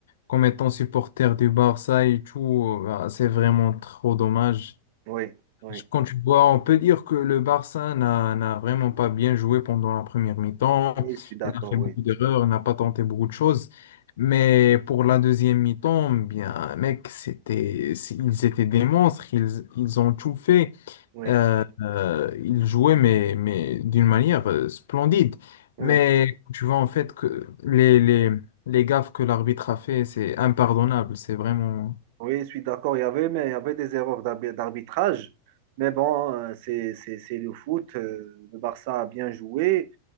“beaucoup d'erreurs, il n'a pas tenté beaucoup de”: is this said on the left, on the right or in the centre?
Left